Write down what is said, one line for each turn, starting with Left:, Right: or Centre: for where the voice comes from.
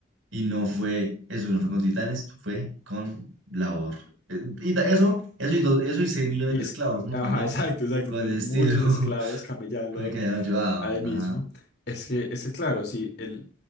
Right: y no fue, eso no fue con titanes, fue con labor. Eh, Y ta- eso, eso y, dos- eso y 6 millones
Left: Y
Right: de
Left: es,
Right: esclavos, ¿no?
Left: ajá,
Right: También
Left: <laughs> exacto, exacto,
Right: con
Left: tener
Right: el
Left: muchos
Right: estilo <laughs>
Left: esclavos camellando.
Right: fue que hayan ayudado.
Left: Ahí mismo.
Right: Ajá.
Left: Es que, es que claro, sí, el,